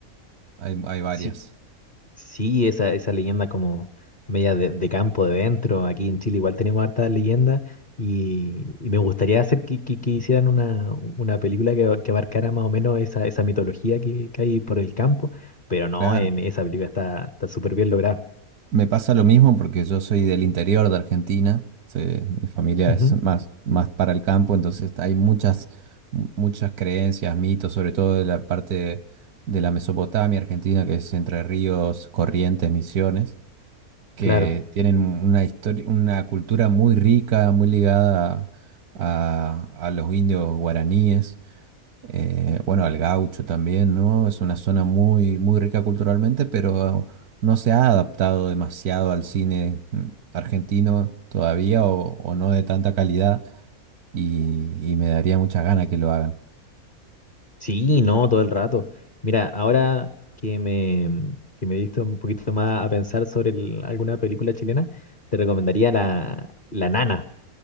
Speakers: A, on the right; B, on the left.
A: hay, hay varias.
B: Sí, Sí, esa, esa leyenda como media de, de campo de dentro. Aquí en Chile igual tenemos hartas leyendas y, y me gustaría hacer que, que- que hicieran una, una película que, que abarcara más o menos esa, esa mitología que, que hay por el campo, pero no,
A: Claro.
B: en esa película está, está súper bien lograda.
A: Me pasa lo mismo porque yo soy del interior de Argentina, se- mi familia
B: Ujú,
A: es más, más para el campo, entonces hay muchas, mu- muchas creencias, mitos, sobre todo de la parte de la Mesopotamia argentina, que es Entre Ríos, Corrientes, Misiones, que
B: claro.
A: tienen una historia, una cultura muy rica, muy ligada a, a los indios guaraníes eh, bueno, al gaucho también, ¿no? Es una zona muy, muy rica culturalmente, pero no se ha adaptado demasiado al cine mm, argentino todavía o, o no de tanta calidad y, y me daría muchas ganas que lo hagan.
B: Sí, no, todo el rato. Mira, ahora que me, que me diste un poquito más a pensar sobre el- alguna película chilena, te recomendaría la, La Nana.